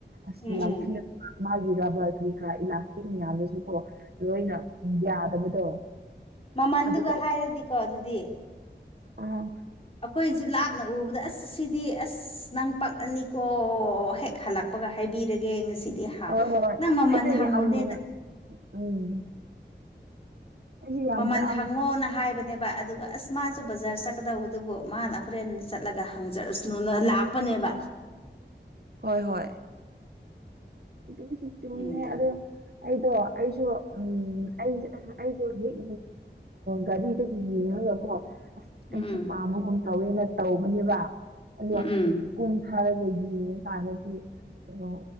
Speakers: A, on the right; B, on the left.
A: ꯑꯁ
B: ꯎꯝ ꯎꯝ
A: ꯌꯥꯝ
B: ꯎꯝ
A: ꯊꯤꯔ ꯃꯥꯒꯤ ꯔꯕꯔ ꯀ꯭ꯔꯤꯀ꯭ꯔꯥ ꯏꯂꯥꯁꯇꯤꯛ ꯃꯌꯥꯝꯗꯨꯁꯨ ꯀꯣ ꯂꯣꯏꯅ ꯌꯥꯗꯕꯗꯣ
B: ꯃꯃꯟꯗꯨꯒ
A: ꯑꯗꯨ
B: ꯍꯥꯏꯔꯗꯤꯀꯣ ꯑꯗꯨꯗꯤ
A: ꯑ
B: ꯑꯩꯈꯣꯏꯁꯨ ꯂꯥꯞ ꯅ ꯎꯕꯗ ꯑꯁ ꯁꯤꯗꯤ ꯑꯁ ꯅꯪꯄꯥꯛꯑꯅꯤꯀꯣ ꯍꯦꯛ ꯍꯜꯂꯛꯄꯒ ꯍꯥꯏꯕꯤꯔꯒꯦ ꯉꯁꯤꯗꯤ ꯍꯥ
A: ꯍꯣꯏ ꯍꯣꯏ
B: ꯅꯪ ꯃꯃꯜ
A: ꯑꯩꯁꯨ
B: ꯍꯪꯉꯨꯅꯦ
A: ꯌꯥꯝꯅ ꯎꯝ ꯑꯩꯁꯦ ꯌꯥꯝ
B: ꯃꯃꯟ
A: ꯍꯔꯥꯎ
B: ꯍꯪꯉꯣꯅ ꯍꯥꯏꯕꯅꯦꯕ ꯑꯗꯨꯒ ꯑꯁ ꯃꯥꯁꯨ ꯕꯖꯥꯔ ꯆꯠꯀꯗꯧꯕꯗꯨꯕꯨ ꯃꯥꯅ ꯍꯣꯔꯦꯟ ꯆꯠꯂꯒ ꯍꯪꯖꯔꯨꯁꯅꯨꯅ ꯂꯥꯛꯄꯅꯦꯕ
A: ꯍꯣꯏ ꯍꯣꯏ ꯑꯗꯨꯁꯨ ꯆꯨꯝꯃꯦ
B: ꯎꯝ
A: ꯑꯗꯣ ꯑꯩꯗꯣ ꯑꯩꯁꯨ ꯎꯝ ꯑꯩ ꯑꯩꯖꯦ ꯍꯧꯖꯤꯛ ꯒꯥꯔꯤꯗꯒꯤ ꯌꯦꯡꯉꯒ ꯀꯣ ꯑꯁ
B: ꯎꯝ
A: ꯑꯩꯁꯨ
B: ꯎꯝ
A: ꯄꯥꯝꯃꯒꯨꯝ ꯇꯧꯋꯦꯅ ꯇꯧꯕꯅꯦꯕ ꯑꯗꯣ
B: ꯎꯝ ꯎꯝ
A: ꯀꯨꯝꯊꯥꯔꯒ ꯌꯦꯡꯉꯀꯥꯟꯗꯗꯤ ꯀꯩꯅꯣ